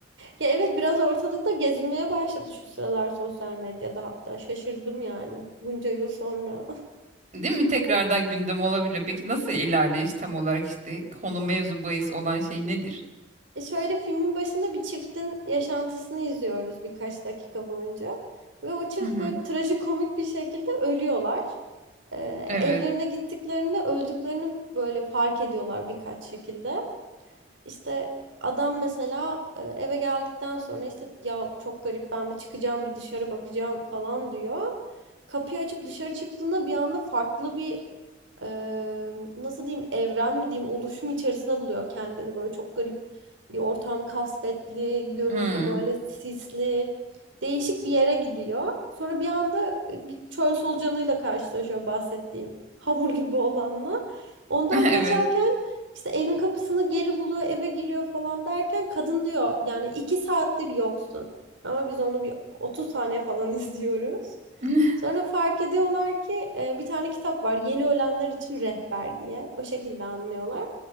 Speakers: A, on the right; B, on the right.
A: Ya evet biraz ortalıkta gezinmeye başladı şu sıralar sosyal medyada hatta. Şaşırdım yani bunca yıl sonra. <laughs>
B: <laughs> Değil mi? Tekrardan gündem olabilir. Peki nasıl ilerleyiş tam olarak işte konu mevzu bahis olan şey nedir?
A: E, şöyle filmin başında bir çiftin yaşantısını izliyoruz birkaç dakika boyunca. Ve o çift
B: Hı hı.
A: böyle trajikomik bir şekilde ölüyorlar. E,
B: Evet.
A: evlerine gittiklerinde öldüklerini böyle fark ediyorlar birkaç şekilde. İşte adam mesela e, eve geldikten sonra işte ya çok garip ben bir çıkacağım bir dışarı bakacağım falan diyor. Kapıyı açıp dışarı çıktığında bir anda farklı bir e, nasıl diyeyim evren mi diyeyim oluşum içerisinde buluyor kendini böyle çok garip bir ortam kasvetli görüntü
B: Hı.
A: böyle sisli değişik bir yere gidiyor. Sonra bir anda bir çöl solucanıyla karşılaşıyor bahsettiğim <laughs> hamur gibi olanla. Ondan
B: <laughs>
A: kaçarken
B: Evet.
A: işte evin kapısını geri buluyor eve giriyor falan derken kadın diyor yani iki saattir yoksun. Ama biz onu bir 30 saniye falan <laughs> izliyoruz.
B: <laughs>
A: Sonra fark ediyorlar ki e, bir tane kitap var Yeni Ölenler için Rehber diye. O şekilde anlıyorlar.